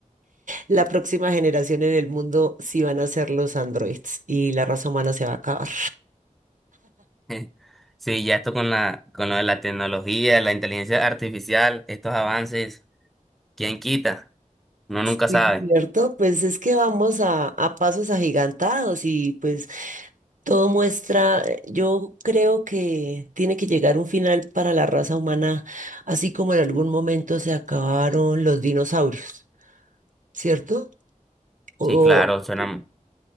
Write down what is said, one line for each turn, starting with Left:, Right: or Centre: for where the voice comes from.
Right: La próxima generación en el mundo sí van a ser los androides y la raza humana se va a acabar.
Centre: <laughs> Sí, ya esto con la, con lo de la tecnología, la inteligencia artificial, estos avances, ¿quién quita? Uno nunca
Right: Sí,
Centre: sabe.
Right: cierto, pues es que vamos a, a pasos agigantados y pues todo muestra, eh, yo creo que tiene que llegar un final para la raza humana, así como en algún momento se acabaron los dinosaurios, ¿cierto? O,
Centre: Sí, claro, suena,
Right: y-